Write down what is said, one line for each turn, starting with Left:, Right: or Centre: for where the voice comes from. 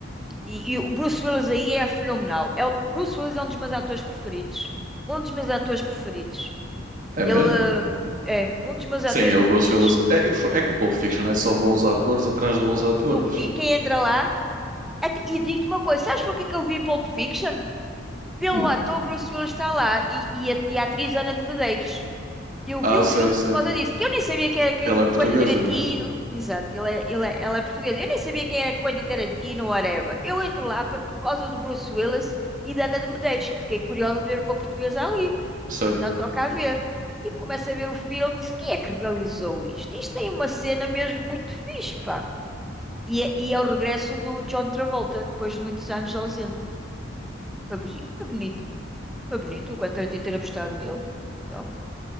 Centre: E, e o Bruce Willis aí é fenomenal. É, o- Bruce Willis é um dos meus atores preferidos. Um dos meus atores preferidos.
Right: é
Centre: Ele
Right: mesmo?
Centre: eh, é um dos meus
Right: Sim,
Centre: atores
Right: é
Centre: preferidos.
Right: o Bruce Willis. É, é que o Pulp Fiction é só bons atores atrás de bons atores.
Centre: Eu- e quem entra lá. até- e digo-te uma coisa: sabes porquê que eu vi Pulp Fiction? Pelo
Right: Hum.
Centre: ator Bruce Willis está lá e, e a, e a atriz Ana de Medeiros. Eu
Right: Ah,
Centre: vi o
Right: sei,
Centre: filme
Right: sei.
Centre: por causa disso, que eu nem sabia quem era quem,
Right: Ela é portuguesa,
Centre: Quentin Tarantino.
Right: não é?
Centre: Exato, ele é, ele é, ela é portuguesa. Eu nem sabia quem era Quentin Tarantino, whatever. Eu entro lá por, por causa do Bruce Willis e da Ana de Medeiros, que fiquei curiosa de ver uma portuguesa ali.
Right: Certo,
Centre: Então toca a ver. E começo a ver o filme, disse, quem é que realizou isto? Isto tem uma cena mesmo muito fixe, pá. E é, e é o regresso do John Travolta, depois de muitos anos ausente. Foi bonito, foi bonito. Foi bonito o Quentin Tarantino ter apostado nele. Então,